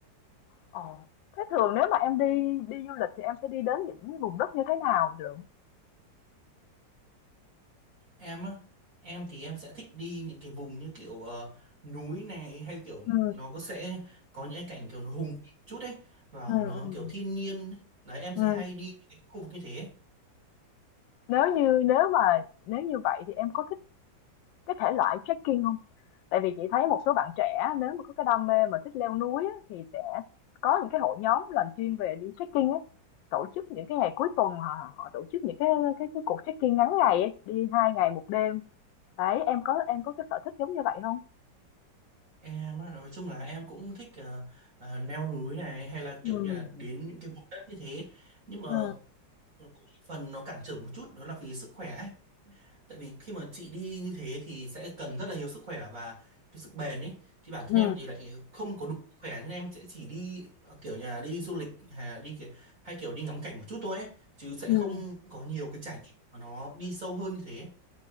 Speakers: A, on the left; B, on the right.
A: Ồ. Thế thường nếu mà em đi đi du lịch thì em sẽ đi đến những vùng đất như thế nào được?
B: Em á, em thì em sẽ thích đi những cái vùng như kiểu ờ, núi này hay kiểu
A: Ừ.
B: nó có sẽ có những cái cảnh kiểu nó hùng vĩ chút ấy và
A: Ừ.
B: nó
A: Ừ.
B: kiểu thiên nhiên ấy. Đấy em
A: Ừ.
B: sẽ hay đi những cái khu vực như thế ấy.
A: Nếu như nếu mà nếu như vậy thì em có thích cái thể loại trekking không? Tại vì chị thấy một số bạn trẻ nếu mà có cái đam mê mà thích leo núi á, thì sẽ có những cái hội nhóm làm chuyên về đi trekking á, tổ chức những cái ngày cuối tuần họ họ tổ chức những cái cái cái cuộc trekking ngắn ngày ấy, đi 2 ngày một đêm. Đấy, em có em có cái sở thích giống như vậy không?
B: Em á, nói chung là em cũng thích ờ, ờ, leo núi này hay là kiểu
A: Ừ
B: như là đến những cái vùng đất như thế nhưng mà
A: Ừ
B: cũng phần nó cản trở một chút đó là vì sức khỏe ấy. Tại vì khi mà chị đi như thế thì sẽ cần rất là nhiều sức khỏe và cái sức bền ấy thì bản thân
A: Ừ
B: em thì lại không có đủ sức khỏe nên em sẽ chỉ đi ờ, kiểu như là đi du lịch hay đi cái- hay kiểu đi ngắm cảnh một chút thôi ấy chứ sẽ
A: ừm.
B: không có nhiều cái trải nghiệm mà nó đi sâu hơn như thế